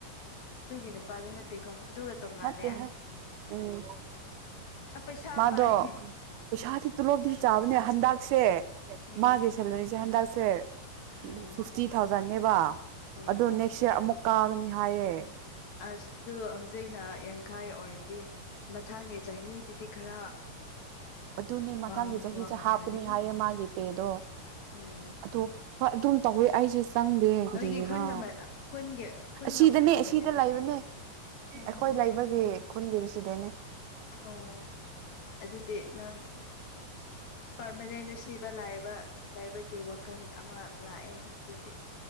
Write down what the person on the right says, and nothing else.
ꯃꯠꯇꯦ ꯎꯝ
ꯃꯥꯗꯣ
ꯄꯩꯁꯥꯗꯤ ꯇꯣꯂꯣꯞꯗꯤ ꯆꯥꯎꯥꯕ ꯍꯟꯗꯛꯁꯦ
ꯃꯥꯒꯤ ꯁꯦꯂꯔꯤꯁꯦ ꯍꯟꯗꯛꯁꯦ
ꯁꯤꯛꯁꯇꯤ ꯊꯥꯎꯖꯟꯅꯦꯕ
ꯑꯣ ꯅꯦꯛꯁ ꯏꯌꯥꯔ ꯑꯃꯨꯛ ꯀꯥꯒꯅꯤ ꯍꯥꯏꯌꯦ
ꯑꯗꯨꯅꯦ ꯃꯊꯪꯒꯤ
ꯆꯍꯤꯁꯦ
ꯍꯥꯞꯄꯅꯤ ꯍꯥꯏꯌꯦ ꯃꯥꯒꯤ ꯄꯦꯗꯣ
ꯑꯗꯣ ꯍꯣꯏ ꯑꯗꯨꯝ ꯇꯧꯋꯦ ꯑꯩꯁꯦ ꯆꯪꯗꯦ ꯀꯔꯤꯒꯤꯔꯥ
ꯑꯁꯤꯗꯅꯦ
ꯑꯁꯤꯗ
ꯂꯩꯕꯅꯦ
ꯑꯩꯈꯣꯏ ꯂꯩꯕꯒꯤ ꯈꯨꯟꯒꯤ ꯔꯤꯁꯤꯗꯅꯦ